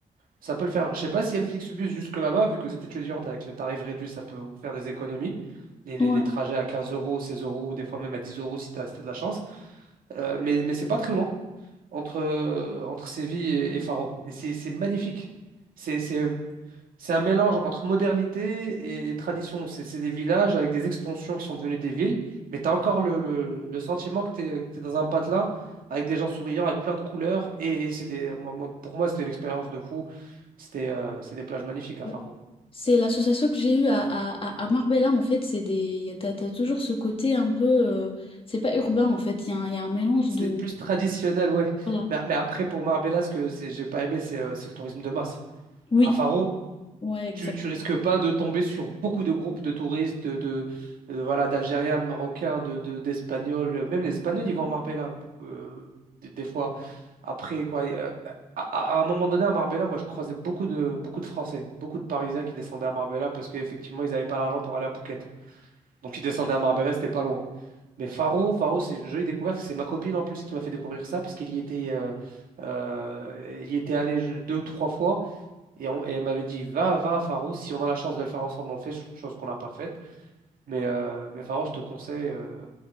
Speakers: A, on the right; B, on the left.
A: ça peut le faire. Je sais pas si Flixbus jusque là-bas, vu que vous êtes étudiante avec les tarifs réduits, ça peut vous faire des économies. Les, les-
B: Ouais.
A: les trajets à 15 euros, 16 euros, ou des fois même à 10 euros si tu as, de la chance. Euh, mais mais c'est pas très loin entre, euh, entre Séville et, et Faro. Et c'est c'est magnifique. C'est c'est, c'est un mélange entre modernité et tradition. C'est c'est des villages avec des extensions qui sont devenues des villes, mais tu as encore le, le- le sentiment que tu es, dans un patelin avec des gens souriants, avec plein de couleurs. Et, et c'est des, moi- moi- pour moi, c'était une expérience de fou. C'était euh, c'est des plages magnifiques à
B: ouais.
A: Faro.
B: C'est l'association que j'ai eue à, à, à à Marbella, en fait, c'est des, y a- t'as, t'as toujours ce côté un peu, euh, c'est pas urbain en fait, il y a, un- il y a un mélange
A: C'est
B: de,
A: plus traditionnel, ouais.
B: voilà.
A: Mais, mais après, pour Marbella, ce que c'est- j'ai pas aimé, c'est euh, c'est le tourisme de masse.
B: Oui,
A: À Faro,
B: ouais,
A: tu, tu risques pas de tomber sur beaucoup de groupes de touristes, de, de- euh, voilà, d'Algériens, de Marocains, de, de- d'Espagnols. Même les Espagnols, ils vont à Marbella, euh, des, des fois. Après, quoi, euh, à, à- à un moment donné, à Marbella, moi, je croisais beaucoup de, beaucoup de Français, beaucoup de Parisiens qui descendaient à Marbella parce qu'effectivement, ils n'avaient pas l'argent pour aller à Phuket. Donc, ils descendaient à Marbella, c'était pas loin. Mais Faro, Faro, c'est une jolie découverte. C'est ma copine en plus qui m'a fait découvrir ça parce qu'elle y était, euh, euh, elle y était allée je- deux ou trois fois. Et, on- et elle m'avait dit, va, va à Faro, si on a la chance de le faire ensemble, on le fait, ch- chose qu'on n'a pas faite. Mais, euh, mais Faro, je te conseille, euh,